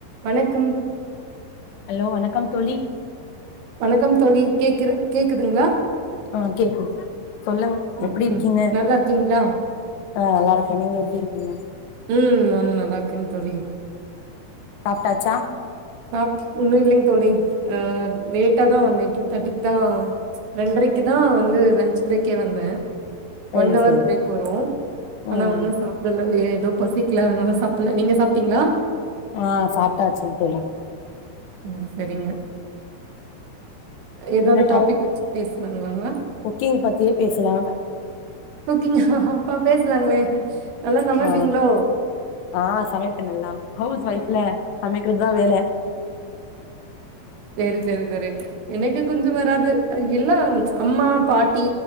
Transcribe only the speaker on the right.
வணக்கம்
வணக்கம் தோளி கேக்குற கேக்குதுங்களா
ம்
ம் நல்லா இருக்கீங்களா?
உம் நானு நல்லா இருக்கேன்னு தோழி
சாப் உன்னு இல்லைங்க தோழி ஆ லேட்டா தா வந்தே டூ தேர்ட்டிக்கு தா ரெண்டரைக்கு தா வந்து லன்ச் பிரேக்கே வந்தே
ஒன் அவர்
பிரேக் வரு ஆனா
உன்னு சாப்பிடல ஏதோ பசி க்லா அதனால சாப்பிடல நீங்க சாப்பிட்டீங்களா
அ செரிங்க ஏதாவது
டாபிக் வெச்சு பேசு ளாங்களா
குக்கிங்கா அப்பா பேசலாங்களே நல்லா சமைப்பீங்களோ?
சேரி சேரி சேரி எனக்கு கொஞ்சு வராது இல்லா அம்மா பாட்டி